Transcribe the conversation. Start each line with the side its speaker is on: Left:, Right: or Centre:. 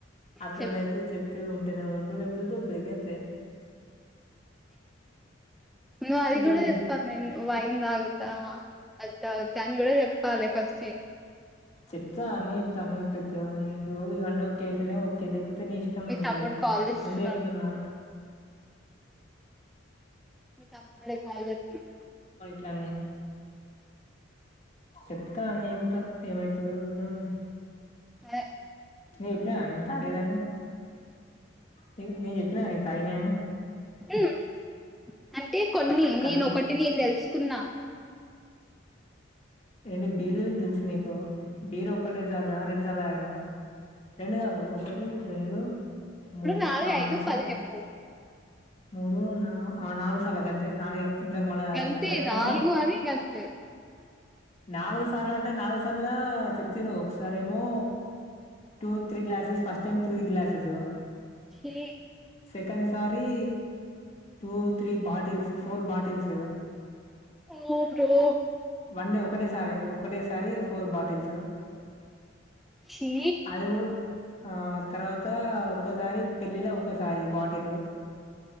Left: అట్లాంటది
Centre: చెప్
Left: అయితే చెప్తే ఉంటేనే ఉండు లేకపోతే దొబ్బెయ్ అంతే
Centre: నువు అది
Left: ఇంకేం
Centre: కూడా
Left: చేద్దాం
Centre: ఐ మీన్ వైన్ తాగుతా అది తాగుతా అని కూడా చెప్పాలి ఫస్ట్
Left: చెప్తా అన్ని చెప్తా అని చెప్పతేన్నా ఇవన్నీ ఒకే అయితేనే ఒకే పోతే నీ ఇష్టం
Centre: మీ
Left: మీద
Centre: తమ్ముడు కాల్ చేస్తున్నాడు
Left: ముందే చెప్తున్నా
Centre: మీ తమ్ముడే కాల్ చేస్తుండు
Left: అనీ చెప్తా అన్నీ చెప్తా ఏమైతుందో చూద్దాం మీగ
Centre: హ్
Left: నేను చెప్పినా నేను తాగేదాన్ని నీకు నేను చెప్పినా నీను తాగిన అని
Centre: ఉమ్ అంటే కొన్ని
Left: కల్
Centre: నేను ఒకటి నేను తెలుసుకున్నా
Left: ఏంటి బీరు దెల్సు నీకు బీరు ఒక్కటే సారి రెండు సార్ సార్లు తాగినవా రెండు కాదు ఒకటి, రెండు మూడు
Centre: నాలుగు
Left: ఆ
Centre: ఐదు
Left: మూడుసా
Centre: పది చెప్పు
Left: మూడు నా నాలుగు ఆ సార్లు తాగా నాలుగే ఇంతక్ మళ్ళా
Centre: గంతే
Left: ఒకసారేమో
Centre: నాలుగు అని గంతే
Left: నాలుగు సార్లు అంటే నాలుగు సార్లు చెప్తిను ఒకసారేమో two three glasses first time three glasses
Centre: ఛీ
Left: సెకండ్ సారి two three bottles four bottles
Centre: ఓ ప్రభూ
Left: వన్ డే ఒకటే సారి ఒకటేసారి ఫోర్ బాటిల్స్
Centre: ఛీ
Left: అది కూడా ఆ తర్వాత ఒక్కసారి పెళ్ళిలో ఒక్కసారి బాటిలు